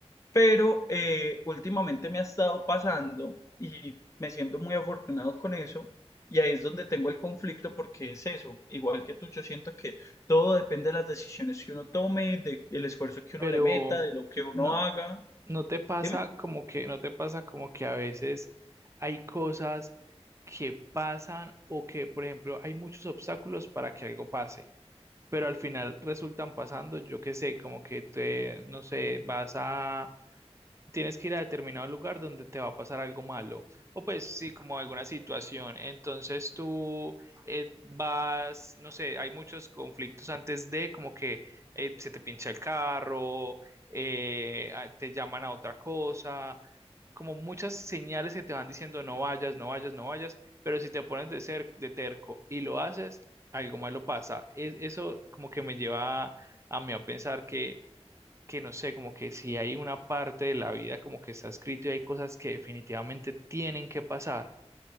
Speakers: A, on the left; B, on the right.
A: Pero eh, últimamente me ha estado pasando y me siento muy afortunado con eso. Y ahí es donde tengo el conflicto porque es eso, igual que tú, yo siento que todo depende de las decisiones que uno tome, de- del esfuerzo que
B: pero
A: uno le meta, de lo que uno
B: no,
A: haga.
B: no te pasa
A: Dime.
B: como que, no te pasa como que a veces hay cosas que pasan o que, por ejemplo, hay muchos obstáculos para que algo pase, pero al final resultan pasando, yo qué sé, como que te, no sé, vas a tienes que ir a determinado lugar donde te va a pasar algo malo, o pues sí, como alguna situación. Entonces tú eh, vas, no sé, hay muchos conflictos antes de como que eh, se te pincha el carro, eh, a- te llaman a otra cosa, como muchas señales que te van diciendo no vayas, no vayas, no vayas, pero si te pones de ser de terco y lo haces, algo malo pasa. Es, eso como que me lleva a mí a pensar que que no sé, como que si hay una parte de la vida como que está escrito y hay cosas que definitivamente tienen que pasar.